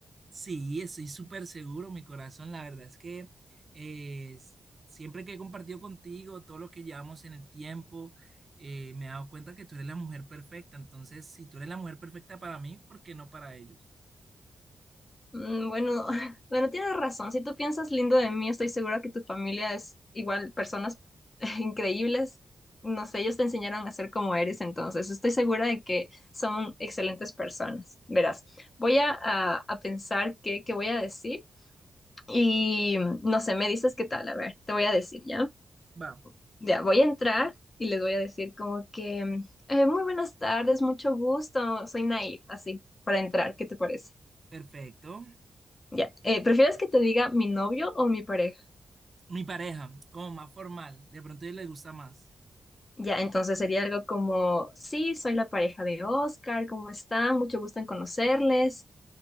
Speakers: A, on the right; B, on the left.
A: Sí, estoy súper seguro, mi corazón. La verdad es que eh, s- siempre que he compartido contigo todo lo que llevamos en el tiempo, eh, me he dado cuenta que tú eres la mujer perfecta. Entonces, si tú eres la mujer perfecta para mí, ¿por qué no para ellos?
B: Mm, Bueno, <laughs> bueno, tienes razón. Si tú piensas lindo de mí, estoy segura que tu familia es igual personas <laughs> increíbles. No sé, ellos te enseñaron a ser como eres, entonces estoy segura de que son excelentes personas. Verás, voy a, a- a pensar qué, qué voy a decir y no sé, me dices qué tal. A ver, te voy a decir, ¿ya?
A: Va,
B: Ya voy a entrar y les voy a decir como que, mm, eh, muy buenas tardes, mucho gusto, soy Nair, así, para entrar, ¿qué te parece?
A: perfecto.
B: Ya, eh, ¿prefieres que te diga mi novio o mi pareja?
A: Mi pareja, como más formal, de pronto a ellos les gusta más.
B: Ya, entonces sería algo como, sí, soy la pareja de Oscar, ¿cómo están? Mucho gusto en conocerles.